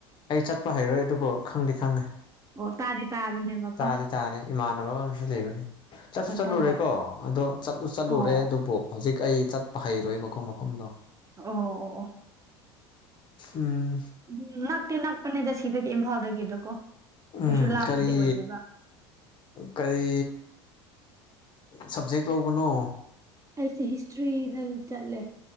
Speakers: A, on the left (about 35°); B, on the right (about 25°).
A: ꯑꯩ ꯆꯠꯄ ꯍꯩꯔꯣꯏ ꯑꯗꯨꯕꯨ ꯈꯪꯗꯤ ꯈꯪꯉꯦ
B: ꯑꯣ ꯇꯥꯗꯤ ꯇꯥꯕꯅꯦꯕꯀꯣ
A: ꯇꯥꯗꯤ ꯇꯥꯔꯦ ꯏꯃꯥꯟꯅꯕ ꯑꯔꯁꯨ ꯂꯩꯕꯅꯦ ꯆꯠꯁꯨ
B: ꯀꯣꯟꯊꯧꯖꯝ
A: ꯆꯠꯂꯨꯔꯦꯀꯣ ꯑꯗꯨ ꯑꯗꯣ ꯆꯠꯂꯨ ꯆꯠꯂꯨꯔꯦ
B: ꯑꯣ
A: ꯑꯗꯨꯕꯨ ꯍꯧꯖꯤꯛ ꯑꯩ ꯆꯠꯄ ꯍꯩꯔꯣꯏꯕꯀꯣ ꯃꯐꯝꯗꯣ
B: ꯑꯣ ꯑꯣ ꯑꯣ
A: ꯎꯝ
B: ꯎꯝ ꯅꯥꯛꯇꯤ ꯅꯥꯛꯄꯅꯦꯗ ꯁꯤꯗꯒꯤ ꯏꯝꯐꯥꯜꯗꯒꯤꯗꯀꯣ
A: ꯎꯝ
B: ꯀꯩꯁꯨ ꯂꯥꯞꯄꯗꯤ
A: ꯀꯔꯤ
B: ꯑꯣꯏꯗꯦꯕ
A: ꯀꯔꯤ ꯁꯞꯖꯦꯛ ꯂꯧꯕꯅꯣ
B: ꯑꯩꯁꯦ ꯍꯤꯁꯇ꯭ꯔꯤꯗ ꯆꯠꯂꯦ